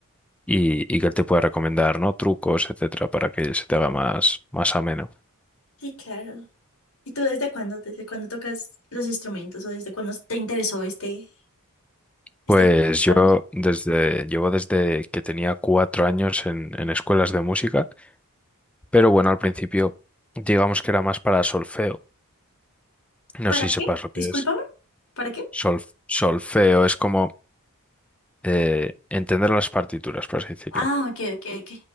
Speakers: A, in the centre; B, on the left.
A: y, y que él te pueda recomendar, ¿no? Trucos, etcétera, para que se te haga más, más ameno.
B: Sí, claro. ¿Y tú desde cuándo? ¿Desde cuándo tocas los instrumentos o desde cuándo te interesó este, este
A: Pues
B: hobby, digamos?
A: yo desde, llevo desde que tenía cuatro años en, en escuelas de música, pero bueno, al principio digamos que era más para solfeo. No
B: ¿Para
A: sé si
B: qué?
A: sepas lo que
B: Discúlpame.
A: es.
B: ¿Para qué?
A: Solf- solfeo es como eh, entender las partituras, por así decirlo.
B: Ah, ok, ok, ok.